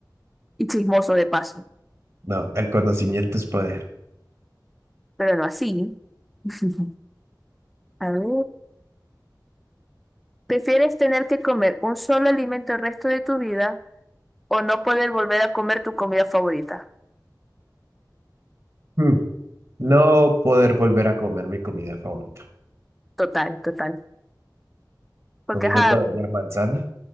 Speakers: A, in the centre; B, on the right.
A: y chismoso de paso,
B: No, el conocimiento es poder.
A: pero no así. <laughs> A ver. ¿Prefieres tener que comer un solo alimento el resto de tu vida o no poder volver a comer tu comida favorita?
B: Mm. No poder volver a comer mi comida favorita.
A: Total, total. Porque,
B: Comiendo
A: ajá,
B: todos los días manzana.